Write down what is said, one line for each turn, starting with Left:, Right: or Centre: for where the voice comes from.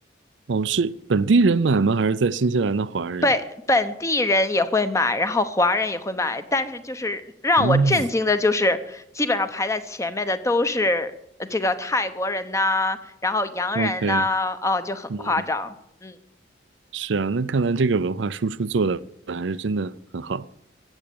Right: 哦，是本地人买吗？还是在新西兰的华人？
Left: 本本地人也会买，然后华人也会买，但是就是让我震惊的就是，
Right: 哦
Left: 基本上排在前面的都是呃这个泰国人呐、然后洋人呐、
Right: ，OK，
Left: 哦，就很夸张。
Right: 嗯，
Left: 嗯。
Right: 是啊，那看来这个文化输出做的还是真的很好。